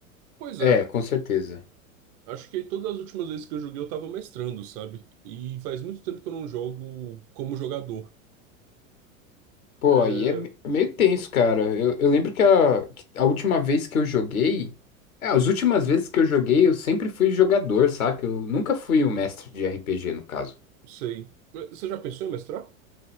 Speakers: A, on the right; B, on the left.
A: Pois
B: É,
A: é.
B: com certeza.
A: Acho que todas as últimas vezes que eu joguei eu tava mestrando, sabe? E faz muito tempo que eu não jogo como jogador.
B: Pô,
A: É,
B: aí é me- é meio tenso, cara. Eu, eu lembro que a, que a última vez que eu joguei. É, as últimas vezes que eu joguei, eu sempre fui jogador, saca? Eu nunca fui o mestre de RPG, no caso.
A: Sei. Mas Você já pensou em mestrar?